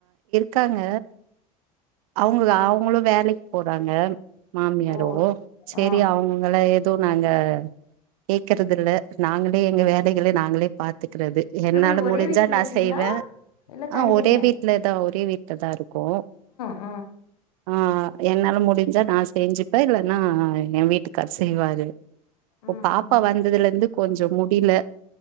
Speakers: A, on the right; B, on the left.
A: காங்க அவுங்கு
B: ஓ
A: அவுங்குளு வேலைக் போறாங்க மாமியரோ
B: ஓ
A: செரி
B: ஆ
A: அவுங்களே எதூநாங்க கேக்கறது இல்ல நாங்களே எங்க வேலைகளை நாங்களே பாத்து இருக்றது என்னால
B: எப்டி ஒரே
A: முடிஞ்சா
B: வீட்ல
A: நா
B: இருக்கீங்களா
A: செய்வே
B: இல்ல
A: ஆ
B: தனித்தனியா
A: ஒரே வீட்லதா
B: இருக்கீங்
A: ஒரே வீட் கதா இருக்கோ
B: ஆ
A: ஆ என்னால முடிஞ்சா நா செஞ்சுப்பே இல்லன்னா ஏ வீட்டுக்கார் செய்வாரு
B: ம்
A: பாப்பா
B: ம்
A: வந்ததுல இருந்து கொஞ்சம் முடில